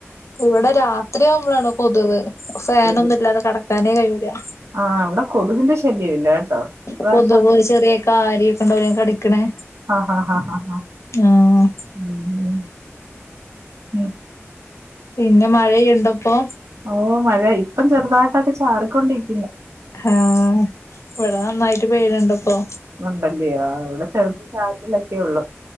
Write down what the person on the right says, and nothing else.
കൊതുക്
ആഹ് ഇവിടെ കൊതുകിന്റെ ശല്യം ഇല്ല കേട്ടോ
ഇപ്രാവശ്യം
ആഹ് ഹാ ഹാ ഹാ ഹ
ഉ ഉ ഉം
ഓ മഴ ഇപ്പം ചെറുതായിട്ടൊക്കെ ചാറിക്കൊണ്ടിരിക്കുന്നു
ഉണ്ടല്ലെയോ ഇവിടെ ചെറിയ ചാറ്റിലൊക്കെ ഉള്ളു